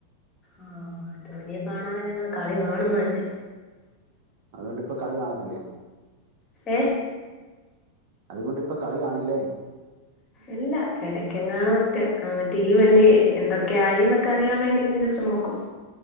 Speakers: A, on the left; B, on the right.
A: ആഹ് ധോനിയെ കാണാന് ഞങ്ങള് കളി കാണുന്നത് തന്നെ
B: അതുകൊണ്ട് ഇപ്പൊ കളി കാണത്തില്ലേ
A: ഏഹ്
B: അതുകൊണ്ട് ഇപ്പം കളി കാണില്ലേ
A: ഇല്ല ഇടക്കെങ്ങാണക്കെ നമ്മുടെ ടീമ്മ് അല്ലേ എന്തൊക്കെ ആയിന്ന് അറിയാൻ വണ്ടി ഒന്ന് ജസ്റ്റ് നോക്കും